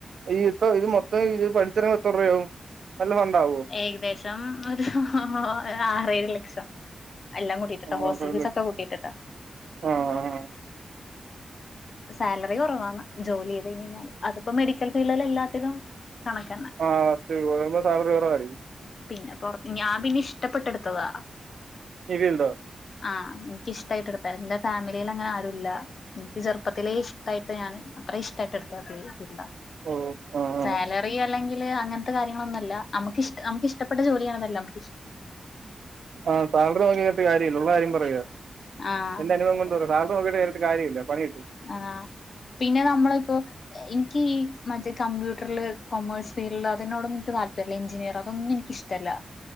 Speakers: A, on the right (about 75°); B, on the left (about 55°).
A: ഈ ഇത്ത ഇത് മൊത്തം ഇത് പഠിച്ചിറങ്ങുമ്പ എത്രരൂപയാകും നല്ല ഫണ്ടാവോ?
B: ഏകദേശം ഒരു ആറേഴ് ലക്ഷം എല്ലാം കൂട്ടി
A: ആഹ്
B: ഹോസ്റ്റൽ ഫീസൊക്കെ കൂട്ടിട്ട്ട്ടോ
A: ആഹ്
B: സാലറി കൊറവാന്ന് ജോലിയ്ത് കഴിഞ്ഴിഞ്ഞാല് അത്പ്പം മെഡിക്കൽ ഫീഡിലെല്ലാത്തിലും കണക്കന്നെ
A: ആ <unintelligible> സാലറികൊറവായിരിക്കും
B: പിന്നെ പൊർ ഞാം പിന്നെ ഇഷ്ടപ്പെട്ടെട്ത്തെതാ
A: ഹെവിയുണ്ടൊ?
B: ആഹ് ഇൻക്കിഷ്ടായിട്ട് എട്ത്താ ഇന്റെ ഫാമിലിയിലങ്ങനെ ആരുല്ല ഇൻക്ക് ചെറുപ്പത്തിലെ ഇഷ്ടയിട്ട് ഞാൻ അത്രയും ഇഷ്ട്ടായിട്ട് എടുത്ത ഫീൽഡ
A: ഓ ആഹ്
B: സാലറി അല്ലെങ്കില് അങ്ങൻത്തെ കാര്യങ്ങളൊന്നുവല്ല അമ്മകിശ്ട നമ്മക്കിഷ്ടപ്പെട്ട ജോലിയാണതെല്ലോ നമ്മക്കിഷ്ടം
A: ആഹ് സാലറി വാങ്ങിയിട്ട് കാര്യവില്ല ഉള്ള കാര്യം പറയുവാ
B: ആഹ്
A: എന്റെ അനുഭവം കൊണ്ട് പറയാ സാല നോക്കിട്ട് ചെയ്തിട്ട് കാര്യവില്ല പണികിട്ടും
B: ആഹാ പിന്നെ നമ്മള്പ്പൊ ഇൻക്ക് ഈ മറ്റെ കമ്പ്യൂട്ടർല് കോമേഴ്സ് ഫീൽഡ് അതിനോടൊന്നും ഇൻക്ക് താല്പര്യല്ല എഞ്ചിനീയറ് അതൊന്നും ഇനിക്ക് ഇഷ്ടെല്ല